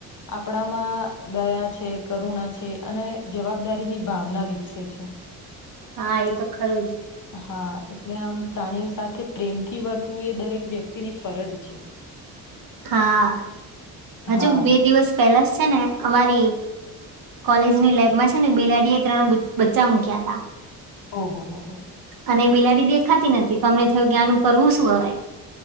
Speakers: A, on the left; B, on the right.
A: આપણામાં દયા છે, કરુણા છે, અને જવાબદારીની ભાવના વિકસે છે
B: હા, એ તો ખરુંજ
A: હા, એટલે આમ પ્રાણીઓ, સાથે પ્રેમથી. નથી, વર્તું એ દરેક વ્યક્તિની ફરજ છે.
B: હા, હજુ
A: હા
B: બે દિવસ પહેલા જ છેને, અમારી કોલેજની લાઈફમાં છેને, બેિલાડી એ ત્રણ બચ્ચા મૂક્યા હતા.
A: ઓહ, હો, હો
B: અને બિલાડી દેખાતી નથી, અમને થ કરવું, શું હ